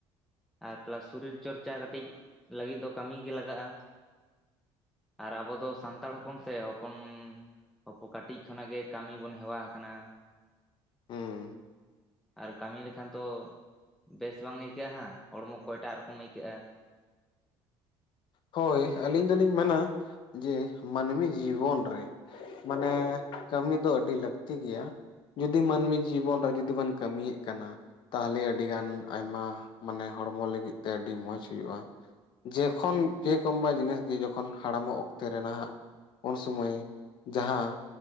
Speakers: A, in the centre; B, on the left (about 50°).
A: ᱟᱨ ᱯᱞᱟᱥ ᱥᱩᱨᱤᱨ ᱪᱚᱨᱪᱟ ᱠᱟᱹᱴᱤᱡ ᱞᱟᱹᱜᱤᱫ ᱫᱚ ᱠᱟᱹᱢᱤ ᱜᱮ ᱞᱟᱜᱟᱜᱼᱟ ᱾ ᱟᱨ ᱟᱵᱚ ᱫᱚ ᱥᱟᱱᱛᱟᱲ ᱦᱚᱯᱚᱱ ᱥᱮ ᱦᱚᱯᱚᱱᱼᱼ ᱦᱚᱯᱚ ᱠᱟᱹᱴᱤᱡ ᱠᱷᱚᱱᱟᱜ ᱜᱮ ᱠᱟᱹᱢᱤ ᱵᱚᱱ ᱦᱮᱣᱟ ᱟᱠᱟᱱᱟ ᱾
B: ᱦᱩᱸ
A: ᱟᱨ ᱠᱟᱹᱢᱤ ᱞᱮᱠᱷᱟᱱ ᱛᱚ ᱵᱮᱥ ᱵᱟᱝ ᱟᱹᱭᱠᱟᱹᱜᱼᱟ ᱦᱟᱸᱜ ᱾ ᱦᱚᱲᱢᱚ ᱠᱚ ᱮᱴᱟᱜ ᱨᱚᱠᱚᱢ ᱟᱹᱭᱠᱟᱹᱜᱼᱟ ᱾
B: ᱦᱳᱭ ᱾ ᱟᱹᱞᱤᱧ ᱫᱚᱞᱤᱧ ᱢᱮᱱᱟ ᱡᱮ ᱢᱟᱹᱱᱢᱤ ᱡᱤᱵᱚᱱ ᱨᱮᱼᱼ ᱢᱟᱱᱮ ᱠᱟᱹᱢᱤ ᱫᱚ ᱟᱹᱰᱤ ᱞᱟᱹᱠᱛᱤ ᱜᱮᱭᱟ ᱾ ᱡᱩᱫᱤ ᱢᱟᱹᱱᱢᱤ ᱡᱤᱵᱚᱱ ᱨᱮ <unintelligible> ᱡᱩᱫᱤ ᱵᱮᱱ ᱠᱟᱹᱢᱤᱭᱮᱜ ᱠᱟᱱᱟᱼᱼ ᱛᱟᱦᱚᱞᱮ ᱟᱹᱰᱤ ᱜᱟᱱ ᱟᱭᱢᱟ ᱢᱟᱱᱮ ᱦᱚᱲᱢᱚ ᱞᱟᱹᱜᱤᱫ ᱛᱮ ᱟᱹᱰᱤ ᱢᱚᱸᱡᱽ ᱦᱩᱭᱩᱜᱼᱟ ᱾ ᱡᱮᱠᱷᱚᱱ ᱠᱮ ᱠᱚᱢᱵᱟ ᱡᱤᱱᱤᱥ ᱜᱮ ᱡᱚᱠᱷᱚᱱ ᱦᱟᱲᱟᱢᱚᱜ ᱚᱠᱛᱮ ᱨᱮ ᱱᱟᱦᱟᱜ ᱩᱱᱥᱚᱢᱚᱭ ᱡᱟᱦᱟᱸ